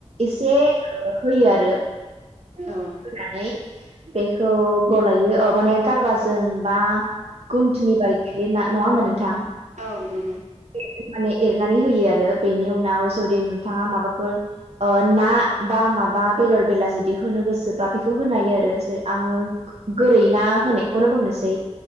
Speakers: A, on the right; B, on the right.
A: एसे होयो आरो।
B: औ
A: होनानै बेखौ गलायो औ माने गारबाजों बा गुनथुनिफाय थायो ना नङा होनोमबा नोंथां?
B: औ नंगौ।
A: <unintelligible> बे माने एरनानै होयो आरो बेनि उनाव जुदि नोंथाङा माबाफोर, ओ ना बा माबा बेदर-बेला जुदि होनो गोसोबा बेखौ होनो हायो आरो। आङो, गोरै ना होनायखौनो बुंनोसै